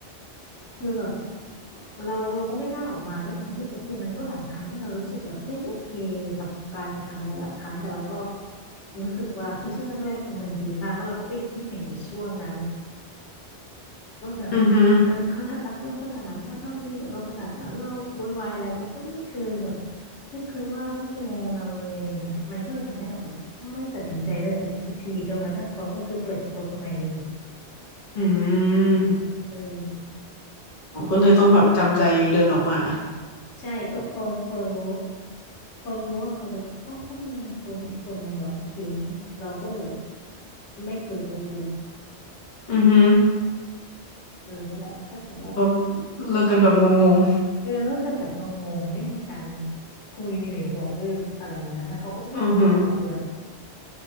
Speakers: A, on the left (about 85°); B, on the left (about 45°).
A: คือแบบ เราเราก็ไม่กล้าออกมาด้วยความที่โอเคมันก็หลายครั้งที่เรารู้สึกแบบไม่โอเคกับการกระทำหลายๆครั้งแต่เราก็รู้สึกว่าคือช่วงแรกๆคือมันดีมากก็เราก็ไปคิดถึงแต่ช่วงนั้นว่าแบบ
B: อือฮึ
A: เออเขารักเราขนาดนั้นเขาทำดีกับเราขนาดนั้นเราโวยวายอะไรเขาก็ไม่เคยแบบไม่เคยว่าไม่เคยเราเลยอะไรเงี้ยมันก็เลยทำให้เราแบบไม่ตัดสินใจเลิกกับเขาสักทีจนกระทั่งเขาก็คือเปิดตัวคนใหม่เลย
B: อืม
A: เออ
B: อ๋อก็เลยต้องแบบจำใจเดินออกมา
A: ใช่ก็พอพอรู้พอรู้ว่าเขาแบบอ๋อเขามีคนอีกคนหนึ่งเหรอโอเคเราก็เลยแบบไม่คุยกับเขาอีกเลย
B: อือฮึ
A: เออนั่นแหละถ้าเกิดว่า
B: ก็เลิกกันแบบงง
A: เออเลิกกันแบบงงๆไม่มีการคุยหรือบอกเรืกองอะไรนะแล้วเขาก็ไม่ได้สนใจอะไรด้วย
B: ๆอือฮึ